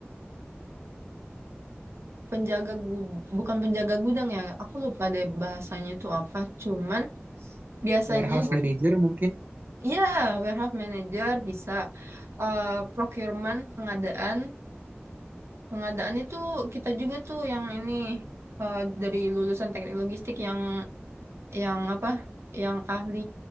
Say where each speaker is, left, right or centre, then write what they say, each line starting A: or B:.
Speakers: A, on the right; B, on the right.
A: penjaga gudang, bukan penjaga gudang ya, aku lupa deh bahasanya itu apa, cuman biasanya
B: Warehouse manager mungkin?
A: ya warehouse manager bisa eh, procurement pengadaan, pengadaan itu kita juga tuh yang ini eh, dari lulusan teknik logistik yang yang apa, yang ahli.